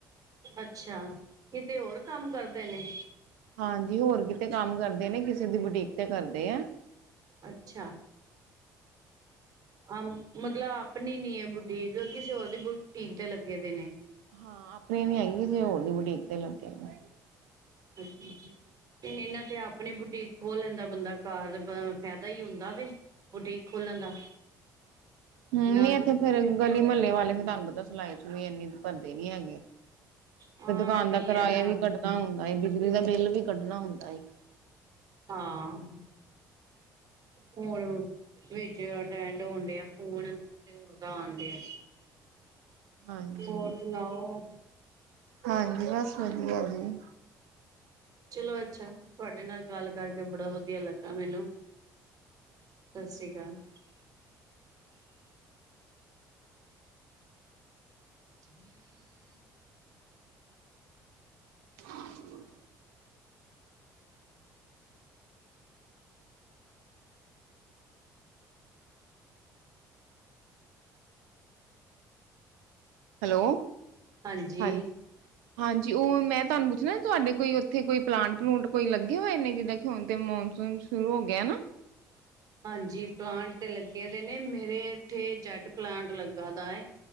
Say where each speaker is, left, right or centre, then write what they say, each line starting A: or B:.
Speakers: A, on the right; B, on the right.
A: ਅੱਛਾ, ਕਿਤੇ ਹੋਰ ਕੰਮ ਕਰਦੇ ਨੇ?
B: ਹਾਂਜੀ ਹੋਰ ਕਿਤੇ ਕੰਮ ਕਰਦੇ ਨੇ, ਕਿਸੇ ਦੀ ਬੁਟੀਕ ਤੇ ਕਰਦੇ ਐ।
A: ਅੱਛਾ। ਅ ਮਤਲਬ ਅਪਨੀ ਨੀ ਐ ਬੁਟੀਕ ਕਿਸੇ ਹੋਰ ਦੀ ਬੁਟੀਕ ਤੇ ਲੱਗੇ ਦੇ ਨੇ।
B: ਹਾਂ ਅਪਨੀ ਨੀ ਹੈਗੀ ਕਿਸੀ ਹੋਰ ਦੀ ਬੁਟੀਕ ਤੇ ਲੱਗੇ ਨੇ।
A: ਅੱਛਾ ਜੀ। ਤੇ ਏਨਾਂ ਤੇ ਅਪਨੀ ਬੁਟੀਕ ਖੋਲ ਲੈਂਦਾ ਬੰਦਾ, ਘਰ ਫੈਦਾ ਈ ਹੁੰਦਾ ਵੇ। ਬੁਟੀਕ ਖੋਲਨ ਦਾ।
B: ਹੂੰ,
A: ਨਾ
B: ਨਈ ਐਥੇ ਫੇਰ ਗਲੀ ਮਹੱਲੇ ਵਾਲੇ ਫੇਰ ਤੁਆਨੂੰ ਪਤਾ ਸਿਲਾਈ ਸਲੂਈ ਇਨੀ ਭਰਦੇ ਨੀ ਹੈਗੇ
A: ਹਾਂ
B: ਤੇ ਦੁਕਾਨ
A: ਇਹ ਵੀ
B: ਦਾ ਕਿਰਾਇਆ
A: ਹੈ ਨਾ
B: ਵੀ ਕੱਢ ਕੱਢਣਾ ਹੁੰਦਾ ਏ, ਬਿਜਲੀ ਦਾ ਬਿੱਲ ਵੀ ਕੱਢਣਾ ਹੁੰਦਾ ਏ।
A: ਹਾਂ। ਹੋਰ ਵਿੱਚ ਅਟੈਂਡ ਹੋਣ ਡਿਆ ਫੋਨ। ਕਿਸੇ ਹੋਰ ਆਣ ਡੇਆ
B: ਹਾਂਜੀ
A: ਹੋਰ ਸੁਨਾਓ?
B: ਹਾਂਜੀ ਬ਼ਸ ਵਦੀਆ ਜੀ।
A: ਚਲੋ ਅੱਛਾ, ਤੁਆਡੇ ਨਾਲ ਗੱਲ ਕਰਕੇ ਬੜਾ ਵਦੀਆ ਲੱਗਾ ਮੈਨੂੰ। ਸ਼ ਸ੍ਰੀ ਕਾਲ। <inaudible>
B: <inaudible> ਹੈਲੋ
A: ਹਾਂਜੀ
B: ਹਾਂ-ਹਾਂਜੀ ਓ ਮੈਂ ਤੁਆਨੂੰ ਪੁੱਛਣਾ ਤੁਆਡੇ ਕੋਈ ਓਥੇ ਕੋਈ ਪਲਾਂਟ-ਪਲੂੰਟ ਕੋਈ ਲੱਗੇ ਹੋਏ ਨੇ ਜਿੱਦਾਂ ਕਿ ਹੁਨ ਤੇ ਮੌਨਸੂਨ ਸ਼ੁਰੂ ਹੋ ਗਯਾ ਨਾ।
A: ਹਾਂਜੀ ਪਲਾਂਟ ਤੇ ਲੱਗੇ ਦੇ ਨੇ ਮੇਰੇ ਏਥੇ ਜੈਟ ਪਲਾਂਟ ਲੱਗਾ ਦਾ ਏ।